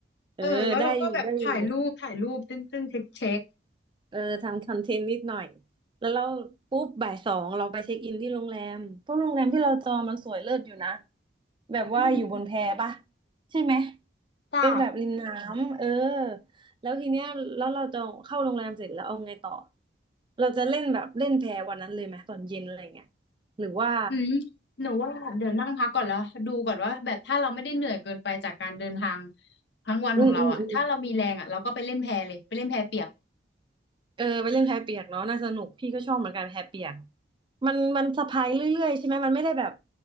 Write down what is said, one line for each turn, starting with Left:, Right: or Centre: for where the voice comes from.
Right: เออได้อยู่ได้อยู่
Left: เออแล้วเราก็แบบถ่ายรูปถ่ายรูปซึ่งซึ่งเช็คเช็ค
Right: เออทำคอนเทนต์นิดหน่อยแล้วเราปุ๊บบ่ายสองเราไปเช็คอินที่โรงแรมเพราะโรงแรมที่เราจองมันสวยเลิศอยู่นะแบบว่าอยู่บนแพปะ
Left: อืม
Right: ใช่ไหม
Left: ได้
Right: เป็นแบบริมน้ำเออแล้วทีเนี้ยแล้วเราจองเข้าโรงแรมเสร็จแล้วเอาไงต่อเราจะเล่นแบบเล่นแพวันนั้นเลยไหมตอนเย็นอะไรเงี้ยหรือว่า
Left: อืมหนูว่าเดี๋ยวนั่งพักก่อนแล้วดูก่อนว่าแบบถ้าเราไม่ได้เหนื่อยเกินไปจากการเดินทางทั้งวันของเราอ่ะถ้าเรามีแรงอ่ะเราก็ไปเล่นแพเลยไปเล่นแพเปียก
Right: อืมอืมอืมเออไปเล่นแพเปียกเนาะน่าสนุกพี่ก็ชอบเหมือนกันแพเปียกมันมันสะพายเรื่อยๆใช่ไหมมันไม่ได้แบบ